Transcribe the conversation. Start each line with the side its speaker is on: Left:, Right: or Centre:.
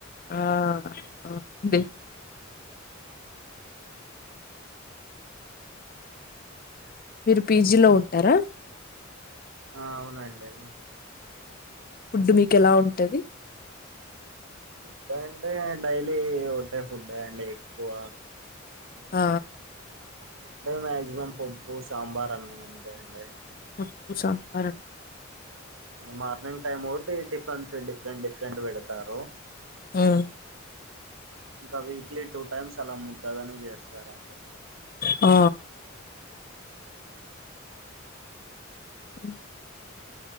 Left: ఆ అవునండి మీరు పీజీలో ఉంటారా
Right: ఆ అవునండి
Left: ఫుడ్ మీకు ఎలా ఉంటది
Right: ఫుడ్ అంటే డైలీ ఒకటే ఫుడ్ అండి ఎక్కువ
Left: ఆ
Right: అంటే మాక్సిమం పప్పు సాంబార్ అన్నం అంతే అండి
Left: పప్పు సాంబార్
Right: మార్నింగ్ టైమ్ ఒకటి టిఫిన్స్ డిఫరెంట్ డిఫరెంట్ పెడతారు
Left: ఉమ్మ్
Right: ఇంక వీక్లీ టూ టైమ్స్ అలా ముద్దగాని చేస్తారండి
Left: ఆ అ